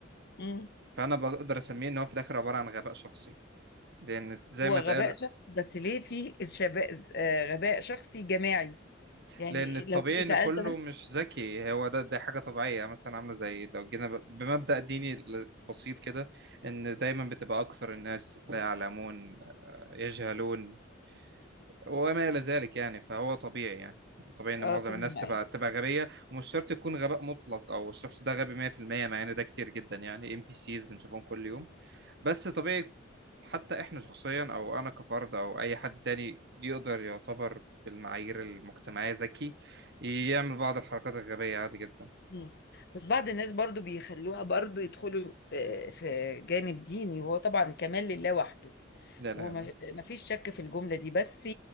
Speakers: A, on the left (about 55°); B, on the right (about 60°).
A: مم.
B: فانا بقدر اسميه ان هو في الاخر عباره عن غباء شخصي لان زي
A: هو
B: ما
A: غباء
B: اتقال
A: شخصي بس ليه في شباب آه، غباء شخصي جماعي يعني
B: لان الطبيعي
A: لو انت
B: ان
A: سألت
B: كله مش ذكي هو ده دي حاجه طبيعيه مثلا عامله زي لو جينا ب- بمبدا ديني ل- بسيط كده ان دايما بتبقى اكثر الناس لا يعلمون يجهلون وما الى ذلك يعني فهو طبيعي يعني طبيعي ان
A: اه
B: معظم
A: طب
B: الناس
A: معايا
B: تبقى تبقى غبيه ومش شرط يكون غباء مطلق او الشخص ده غبي 100% مع ان ده كتير جدا يعني ام بي سيز بنشوفهم كل يوم بس طبيعي حتى احنا شخصيا او انا كفرد او اي حد تاني يقدر يعتبر بالمعايير المجتمعية ذكي يعمل بعض الحركات الغبية عادي جدا
A: مم. بس بعض الناس برضو بيخلوها برضو يدخلوا آه، في جانب ديني وهو طبعا كمال لله وحده
B: لا
A: وما
B: لا لا
A: فيش شك في الجملة دي بس